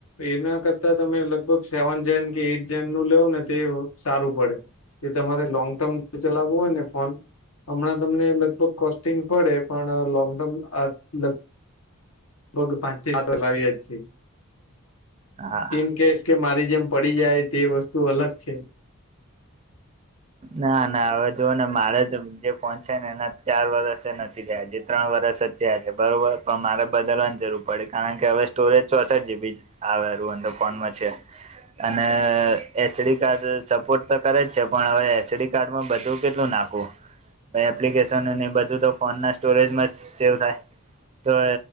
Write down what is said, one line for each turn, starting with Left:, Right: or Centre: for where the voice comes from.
Left: એના કરતા તમે લગભગ સેવન જેન કે એઈટ જેન નું લેવ ને તે સારુ પડે. એ તમારે લોંગ ટર્મ ચલાવવું હોય ને ફોન. હમણાં તમને લગભગ કોસ્ટિંગ પડે, પણ લોંગ ટર્મ અ લ લગભગ પાંચથી સાતો લાવીએ જ છિએ.
Right: હા
Left: ઇન કેસ કે મારી જેમ પડી જાય, તે વસ્તુ અલગ છે.
Right: ના ના હવે જુઓ ને મારે જ જે ફોન છે ને, એના ચાર વરષ એ નથી જાય. જે ત્રણ વરસ જ થયા છે, બરોબર પણ મારે બદલવાની જરૂર પડી, કાય કે હવે સ્ટોરેજ ચોસઠ જીબી છ આવે અંદર ફોનમાં છે. અને એચડી કાર્ડ સપોર્ટ તો કરે જ છે. પણ હવે એસીડી કાર્ડમાં બધું કેટલું નાખવું. એપ્લિકેશન બધું તો ફોન ના સ્ટોરેજમાં સેવ થાય તો.